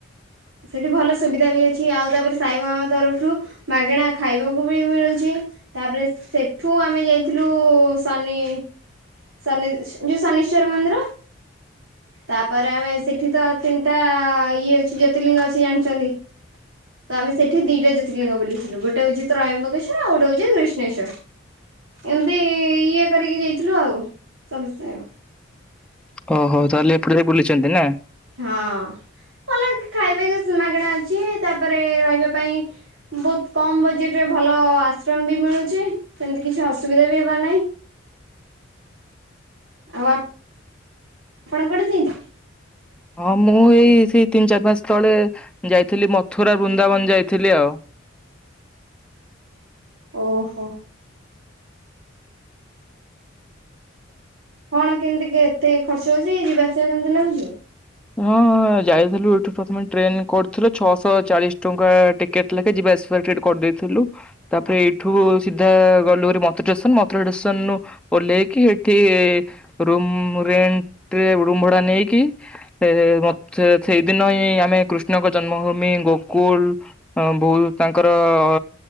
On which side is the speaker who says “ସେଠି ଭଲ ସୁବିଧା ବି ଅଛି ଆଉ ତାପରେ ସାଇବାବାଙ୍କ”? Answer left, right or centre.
Right